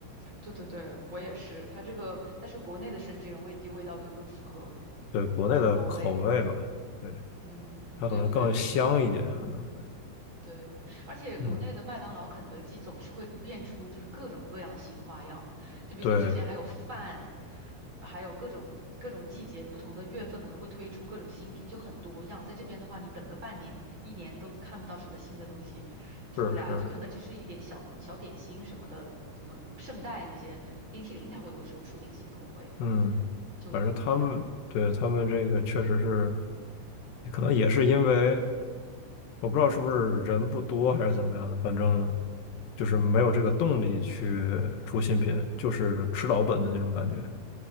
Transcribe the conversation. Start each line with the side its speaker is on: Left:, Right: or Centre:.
Right: 对对对，我也是。它这个，但是国内的生殖原味鸡味道就更符合
Left: 对，国内的口味吧，
Right: 中国味。
Left: 对，
Right: 嗯，
Left: 它可能更香一点，
Right: 对的对的，
Left: 可能会，
Right: 对，而且国内的麦当劳、
Left: 嗯，
Right: 肯德基总是会变出就是各种各样的新花样，就比如说之前还有饭，
Left: 对，
Right: 还有各种各种季节、不同的月份可能会推出各种新品，就很多样。在这边的话，你等个半年、一年都看不到什么新的东西出来，
Left: 是是，
Right: 就可能只是一点小小点心什么的，什么圣代那些冰淇淋，它会有时候出点新口味，
Left: 嗯，
Right: 就有点无聊。
Left: 反正他们对他们这个确实是，可能也是因为我不知道是不是人不多还是怎么样的，反正就是没有这个动力去出新品，就是吃老本的那种感觉。